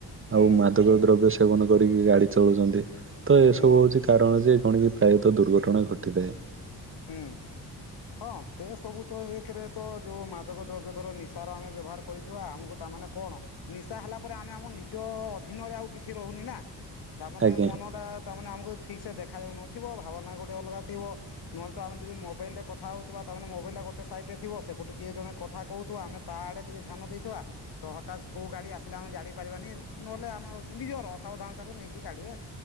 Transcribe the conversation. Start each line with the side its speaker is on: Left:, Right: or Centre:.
Left: ହୁଁ
Right: ଆଉ ଦ୍ରବ୍ୟ ସେବନ କରିକି ଗାଡି ଚଳୁଛନ୍ତି ତ ଏସବୁ
Left: ହୁଁ
Right: ହଉଛି କାରଣ ଯେ କଣ କି ପ୍ରାୟତଃ ଦୁର୍ଘଟଣା ଘଟିଥାଏ।
Left: ହୁଁ। ହଁ ସେ ସବୁ ତ ଏକରେ ତ ଯୋଉ ମାଦକ ଦ୍ରବ୍ୟ ଧର ନିଶାର ଆମେ ବ୍ୟବହାର କରିଥିବା ଆମକୁ ତା ମାନେ କଣ ନିଶା ହେଲା ପରେ ଆମେ ଆମ ନିଜ ଅଧୀନରେ ଆଉ କିଛି ରହୁନି ନା? ତାମାନେେ
Right: ଆଜ୍ଞା
Left: ମନ ଟା ତାମାନେ ଆମକୁ ଠିକ ସେ ଦେଖା ଯାଉନଥିବ ଭାବନା ଗୋଟେ ଅଲଗା ଥିବ। ନହେଲେ ତ ଆମେ ଯଦି ମୋବଲ ରେ କଥା ହଉଥିବା ତା ମାନେ ମୋବାଇଲି ଟା ଗୋଟେ ସାଇଟ ଥିବ ସେପଟୁ କିଏ ଜଣେ କଥା କହୁଥିବ ଆମେ ତା ଆଡେ ଟିକେ ଧ୍ୟାନ ଦେଇଥିବା ତ ହଠାତ୍ କୋଉ ଗାଡି ଆସିଲେ ଆମେ ଜାଣି ପାରିବାନି ନହେଲେ ଆମ ନିଜର ଅସାବଧାନତାରୁ ନେଇକି ଗାଡିରେ